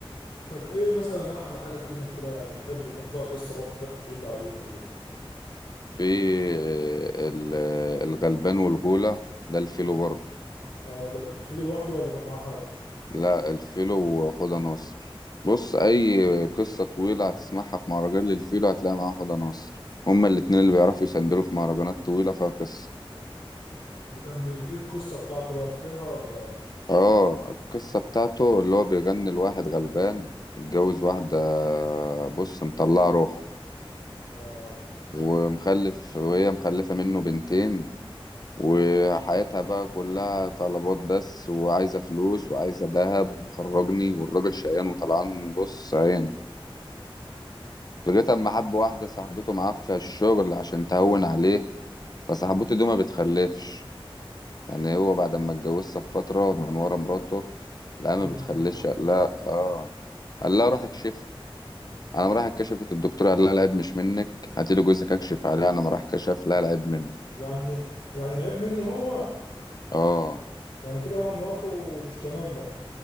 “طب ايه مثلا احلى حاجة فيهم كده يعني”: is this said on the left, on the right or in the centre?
Left